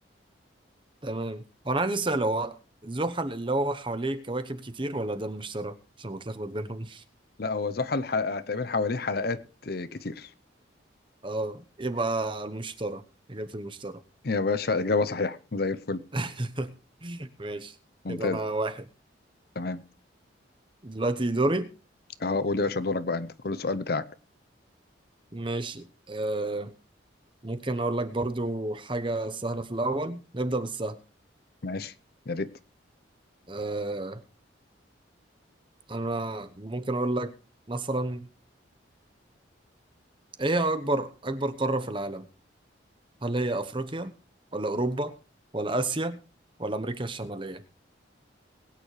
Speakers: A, on the right; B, on the left.
A: تمام وانا عندي سؤال هو زحل اللي هو حواليه كواكب كتير ولا ده المشتري عشان بتلخبط بينهم
B: لا هو زحل ح- تقريبا حواليه حلقات آه، كتير
A: اه يبقى المشترى إجابة المشترى
B: يا باشا إجابة صحيحة زي الفل
A: <laughs> ماشي
B: ممتاز
A: كده أنا واحد
B: تمام
A: دلوقتي دوري
B: أهو قول يا باشا دورك بقى أنت قول السؤال بتاعك
A: ماشي آه ممكن أقول لك برضو حاجة سهلة في الأول نبدأ بالسهل
B: ماشي يا ريت
A: آه أنا ممكن أقول لك مثلا إيه هي أكبر أكبر قارة في العالم؟ هل هي أفريقيا ولا أوروبا ولا آسيا ولا أمريكا الشمالية؟